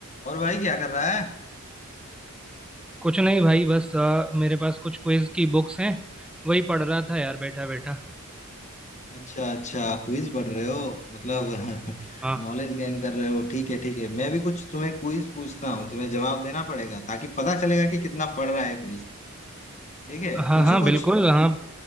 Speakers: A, on the left (about 30°); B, in the centre.
A: और भाई क्या कर रहा है
B: कुछ नहीं भाई बस अ, मेरे पास कुछ क्विज की बुक्स हैं वही पढ़ रहा था यार बैठा बैठा
A: अच्छा अच्छा क्विज पढ़ रहे हो मतलब <laughs>
B: हाँ
A: नॉलेज गेन कर रहे हो ठीक है ठीक है मैं भी कुछ तुम्हें क्विज पूछता हूँ तुम्हें जवाब देना पड़ेगा ताकि पता चलेगा कि कितना पढ़ रहा है क्विज ठीक है
B: हाँ
A: पूछू
B: हाँ
A: कुछ
B: बिल्कुल हाँ